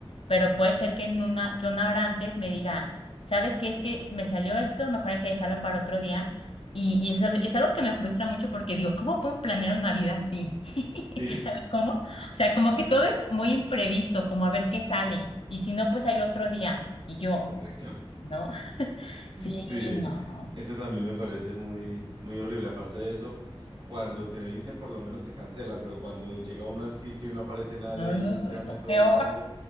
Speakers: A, on the left; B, on the right.
A: pero puede ser que en una, que una hora antes me diga ¿Sabes qué? Es que me salió esto, mejor hay que dejarlo para otro día. Y, y eso es algo, es algo que me frustra mucho porque digo, ¿cómo pueden planear una vida así?
B: sí,
A: <laughs> ¿Sabes cómo? O sea, como que todo es muy imprevisto, como a ver qué sale. Y si no, pues hay otro día. Y
B: <laughs>
A: yo,
B: correcto.
A: ¿no? <laughs> Sí,
B: Sí,
A: no.
B: eso también me parece muy, muy horrible. Aparte de eso, cuando te dicen, por lo menos te cancelan, pero cuando llega uno al sitio y no aparece nadie
A: Uy,
B: y uno llame
A: no,
B: a todo
A: peor.
B: el mundo,